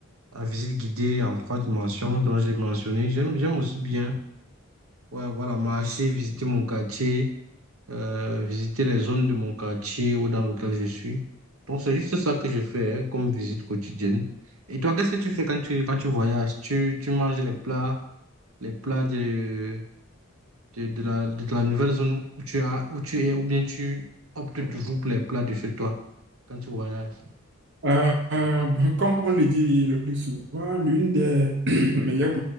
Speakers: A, on the right; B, on the right.
A: à visite guidée en trois dimensions dont j'ai mentionné, j'aime, j'aime aussi bien, ouais, voilà, marcher, visiter mon quartier, euh, visiter les zones de mon quartier ou dans lequel je suis. Donc, c'est juste ça que je fais hein, comme visite quotidienne. Et toi, qu'est-ce que tu fais quand tu, quand tu voyages? Tu, tu manges les plats, les plats de, de, de la, de la nouvelle zone où tu as, où tu es, ou bien tu optes toujours pour les plats de chez toi quand tu voyages?
B: Euh, euh, bon, comme on le dit le plus souvent, l'une des <clears throat> meilleures